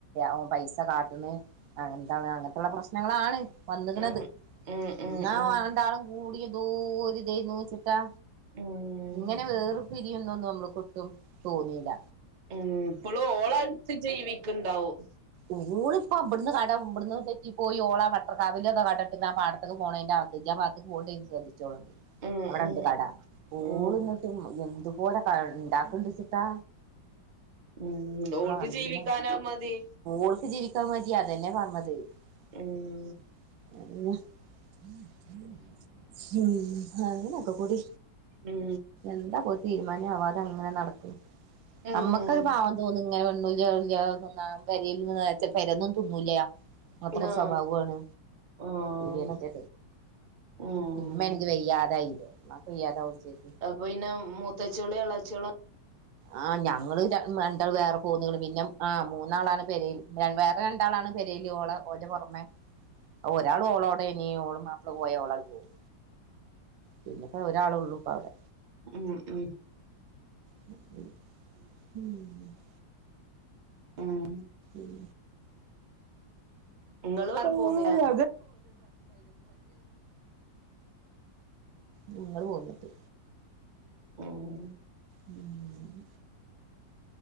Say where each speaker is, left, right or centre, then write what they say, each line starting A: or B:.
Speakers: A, on the right; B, on the right.
A: ഓൻ പൈസ കാട്ടണ ആഹ് ന്താണ് അങ്ങനത്തുള്ള പ്രശ്നങ്ങളാണ് വന്നകണത്
B: ഉം ഉം ഉം
A: ന്നാ
B: ഉം ഉം
A: വന്താളം കൂടിയ ദൂരിതേ നോച്ചിട്ടാ
B: ഉം
A: ഇങ്ങനെ വേർപിരിയൊന്നും ഒന്നും നമ്മൾക്ക് ഒട്ടും തോന്നില്ല
B: ഉം ഇപ്പളും ഓളടുത്ത് ജീവിക്കണ്ടാവും
A: ഓള്പ്പോ ഇവ്ട്ന്ന് തെറ്റി പോയി ഓള പട്ടർ കാവല കടട്ട്ക്കണ് പടത്തേക്ക പോണേന്റെ ആ <unintelligible> പോണ്ട ശ്രദ്ധിച്ചോളണ്ട്
B: ഉം
A: അവിടെണ്ട്
B: ഉം
A: കട കൂള
B: ഉം
A: എന്തുപോലെ ഉണ്ടാക്കണ്ടിചിട്ടാ
B: ഉം ഓൾക്ക്
A: നല്ല
B: ജീവിക്കാനാ മതി
A: ഓൾക്ക് ജീവിക്കാ മതി അതന്നെ പറഞ്ഞത്
B: ഉം
A: അയന്നെ ഉം അങ്ങനൊക്കെകുടി
B: ഉം
A: എന്താപോ തീരുമാനം ആവാതെ അങ്ങനെ നടക്കണ്
B: ഉം
A: അമ്മക്കൊരു പാവം തോന്നും ഇങ്ങനെ <unintelligible> ആ വരൽ നിന്ന് വച്ച വരൊന്നും തിന്നൂല അങ്ങനത്തെക്കൊരു
B: നോ
A: സ്വഭാവമാണ്
B: ആഹ്
A: ഇടിയനൊക്കെ
B: ഉം
A: ഇമ്മേണെങ്കി വയ്യാതായില്ലേ മാക്ക് വയ്യാതാവേം ചെയ്ത്
B: അപ്പൊ പിന്നെ മുത്തച്ചോളി ഇളച്ചികള
A: ആഹ് ഞങ്ങള് രണ്ടാ വേറെ പോന്ന പിന്നെ ആഹ് മൂന്നാളാണ് പെരൽ വേറെ രണ്ടാളാണ് പെരൽ ഓള ഓന്റെ പുറമെ ഒരാൾ ഓളോടെ ഇനി ഓളെ മാപ്പള പോയ ഓളൾ പോവും പിന്നെെപ്പ ഒരാള ഉള്ളൂപ്പ അവിടെ
B: ഉം ഉം
A: ഉം
B: ഉം
A: ഉം
B: ഇങ്ങള് വേറെ
A: <unintelligible>
B: പോന്നില്ലേ
A: ഞങ്ങള് പോന്നിട്ട്
B: ഉം
A: ഉം